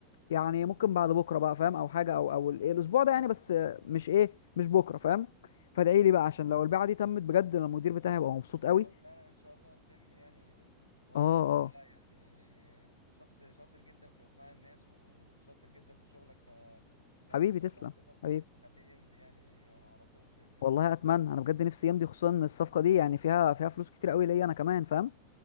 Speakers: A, on the left (about 60°); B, on the left (about 85°).
A: يعني ممكن بعد بكره بقى فاهم او حاجه او او الايه الاسبوع ده يعني بس مش ايه مش بكره فاهم فادعي لي
B: جميل
A: بقى عشان لو البيعه دي تمت بجد أنا المدير بتاعي هيبقى مبسوط قوي
B: أنا- لا لا ان شاء الله تتم يعني و... وانا
A: اه
B: وانت
A: اه
B: يعني شخص شاطر جدا في اقناع الناس وشاطر جدا في شغلك ف يعني
A: حبيبي
B: ان شاء
A: تسلم
B: الله هتقدر ت-
A: حبيبي
B: تخليه يمضي يعني على طول باذن الله
A: والله اتمنى انا بجد نفسي يمضي خصوصا ان الصفقه دي يعني فيها فيها فلوس كتير قوي ليا انا كمان فاهم